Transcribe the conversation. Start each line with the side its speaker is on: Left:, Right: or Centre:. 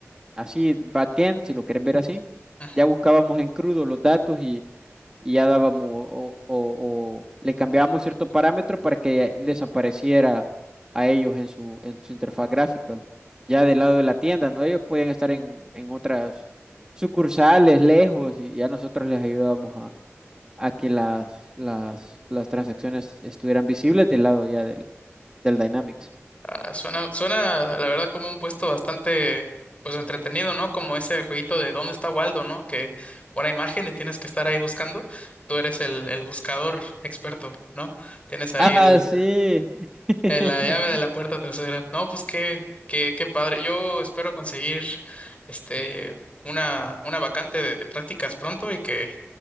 Right: así, backend, si lo querés ver así
Left: ujú.
Right: ya buscábamos en crudo los datos y ya dábamos o, o- o le cambiábamos cierto parámetro para que les apareciera a ellos en su, en su interfaz gráfica. Ya del lado de la tienda, ¿no? Ellos pueden estar en, en otras sucursales, lejos, y ya nosotros les ayudábamos a, a que las, las, las transacciones estuvieran visibles del lado ya del, del Dynamics.
Left: Ah, suena, suena, la verdad, como un puesto bastante, pues, entretenido, ¿no? Como ese jueguito de ¿Dónde está Waldo, ¿no? Que una imagen y tienes que estar ahí buscando. Tú eres el, el buscador experto, ¿no? Tienes ahí
Right: Ah,
Left: el,
Right: sí. <laughs>
Left: el- la llave de la puerta trasera. No, pues qué, qué, qué padre. Yo espero conseguir, este, una, una vacante de, de prácticas pronto y que,